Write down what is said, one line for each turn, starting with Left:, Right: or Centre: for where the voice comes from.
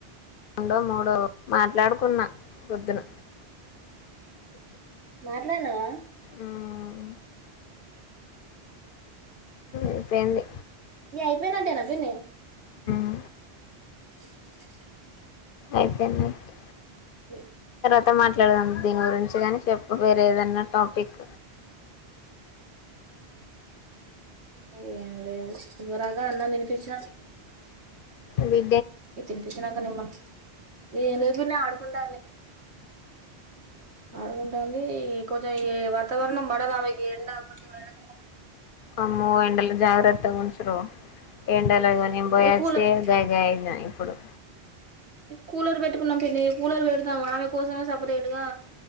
Left: రొండో మూడో మాట్లాడుకున్నా పొద్దున
Right: మాట్లాడినావా
Left: మ్ ఐపెంది
Right: ఇగ అయిపోయినట్టేన పిన్ని
Left: అ
Right: ఉ
Left: అయిపోయినట్టే
Right: ఓ
Left: అ మాట్లాడదాం దీని గురించి కని చెప్పు వేరేదన్న టాపిక్
Right: ఏం లేదు ఇద్వరాగా అన్నం తినిపిచిన
Left: వి
Right: ఇగ తినిపిచ్చినంక నిమ్మ ఏంలేదు పిన్ని ఆడు కుండానే ఆడుగుం ంది కొంచెం ఏ వాతావరణం పడదు ఆమెకి ఎండా కొంది వెండగాలే
Left: అమ్మో ఎండల జాగరత్ త్తగుంచు రో ఎం డల నేన్ బోయచ్చే
Right: ఏ కూలర్
Left: గాయి గాయి అయినా పుడు
Right: కూలరు పెట్టుకున్నాం పిన్నీ కూలరు పెడతాం ఆమె కోసమే సపరేట్ గా